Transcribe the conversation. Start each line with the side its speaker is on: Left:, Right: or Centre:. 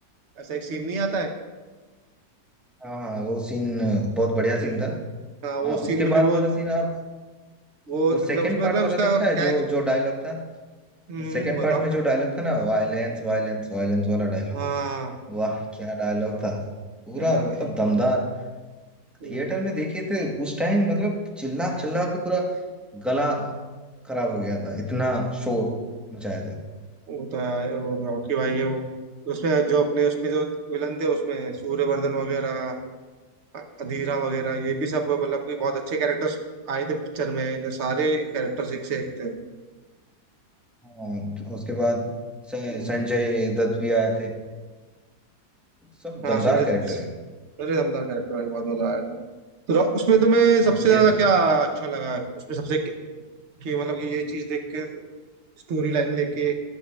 Right: ऐसा एक सीन नहीं आता है
Centre: हाँ हाँ वो सीन बहुत बढ़िया
Right: हम्म
Centre: सीन था
Right: हाँ वो
Centre: हाँ,
Right: सीन
Centre: उसके
Right: में फिर
Centre: बाद
Right: वो
Centre: वाला सीन आप
Right: वो मतलब
Centre: वो सेकंड
Right: उसमें
Centre: पार्ट
Right: मतलब
Centre: वाला
Right: उसका
Centre: देखा है
Right: कैच
Centre: जो जो डायलॉग था
Right: हम्म
Centre: सेकंड
Right: हम्म, बताओ
Centre: पार्ट में जो डायलॉग था ना वायलेंस वायलेंस वायलेंस वाला डायलॉग
Right: हाँ
Centre: वाह क्या डायलॉग था पूरा
Right: अरे भाई
Centre: मतलब दमदार
Right: हम्म,
Centre: थिएटर में देखे थे उस टाइम मतलब चिल्ला चिल्ला के पूरा गला खराब हो गया था इतना शोर मचाया था
Right: वो तो है भाई, वो रॉकी भाई है वो उसमें जो अपने उसमें जो विलन थे उसमें सूर्यवर्धन वगैरह अधीरा वगैरह ये भी सब मतलब कि बहुत अच्छे कैरेक्टर्स आए थे पिक्चर में सारे कैरेक्टर्स एक से एक थे
Centre: हाँ, उसके बाद स-
Right: हम्म।
Centre: संजय दत्त भी आए थे सब
Right: हाँ
Centre: दमदार
Right: संजय दत्त
Centre: कैरेक्टर है
Right: अरे दमदार कैरेक्टर भाई बहुत मजा आया था तो रॉ- उसमें तुम्हें सबसे
Centre: मतलब
Right: ज्यादा
Centre: जैसे
Right: क्या अच्छा लगा उसमें सबसे कि कि मतलब कि ये चीज देख के स्टोरी लाइन लेके